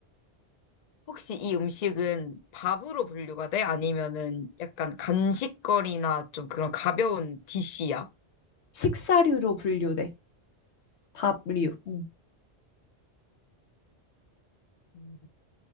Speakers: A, on the left; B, on the left.
A: 혹시 이 음식은 밥으로 분류가 돼? 아니면은 약간 간식거리나 좀 그런 가벼운 디시야?
B: 식사류로 분류돼. 밥류. 음.
A: 음,